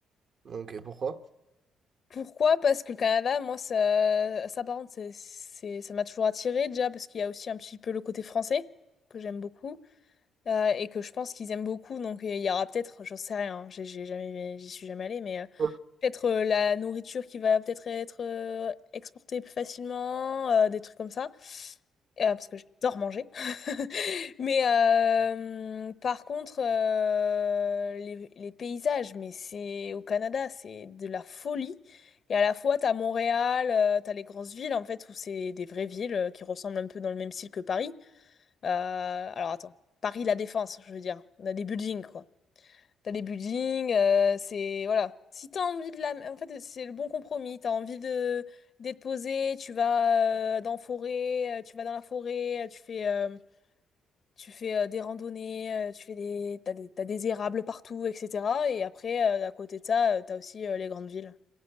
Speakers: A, on the right; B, on the left.
A: Donc, euh, pourquoi?
B: Pourquoi? Parce que le Canada, moi, ça, ça par contre, c'est, c'est- ça m'a toujours attiré déjà, parce qu'il y a aussi un petit peu le côté français, que j'aime beaucoup, euh, et que je pense qu'ils aiment beaucoup, donc il y aura peut-être, j'en sais rien, hein, j'ai j'ai jamais, j'y suis jamais allée, mais euh,
A: Ok.
B: Peut-être euh, la nourriture qui va peut-être être euh, exportée plus facilement, euh, des trucs comme ça. Euh, parce que j'adore manger. <laughs> Mais euh, par contre, euh, les, les paysages, mais c'est au Canada, c'est de la folie. Et à la fois, t'as Montréal, euh, t'as les grosses villes, en fait, où c'est des vraies villes euh, qui ressemblent un peu dans le même style que Paris. Euh, alors attends, Paris, La Défense, je veux dire. On a des buildings, quoi. T'as des buildings, euh, c'est... Voilà. Si t'as envie de la... En fait, c'est le bon compromis. T'as envie de d'être posé, tu vas euh, dans forêt, euh, tu vas dans la forêt, euh, tu fais, euh, tu fais euh, des randonnées, euh, tu fais des... T'as des... t'as des érables partout, etc. Et après, euh, à côté de ça, euh, t'as aussi euh, les grandes villes.